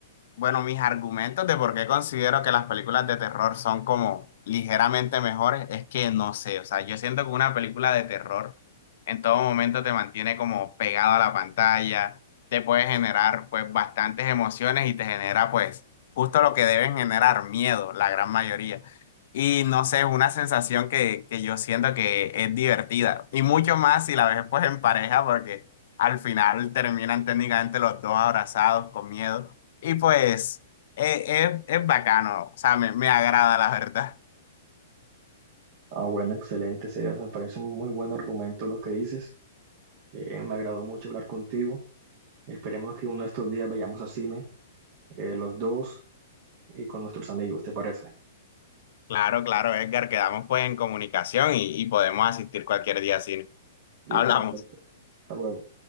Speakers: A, on the left; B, on the right.
A: bueno, mis argumentos de por qué considero que las películas de terror son como ligeramente mejores es que no sé, o sea, yo siento que una película de terror en todo momento te mantiene como pegado a la pantalla, te puede generar pues bastantes emociones y te genera pues justo lo que deben generar, miedo, la gran mayoría. Y no sé, es una sensación que, que yo siento que es divertida y mucho más si la ves pues en pareja porque al final terminan técnicamente los dos abrazados con miedo. Y pues eh, es, es bacano, o sea, me, me agrada la verdad.
B: Ah, bueno, excelente, Sebas. Me parece un muy buen argumento lo que dices. Eh, me agradó mucho hablar contigo. Esperemos que uno de estos días vayamos a cine, eh, los dos y con nuestros amigos, ¿te parece?
A: Claro, claro, Edgar, quedamos pues en comunicación y, y podemos asistir cualquier día así.
B: Listo,
A: Hablamos.
B: perfecto. Hasta luego.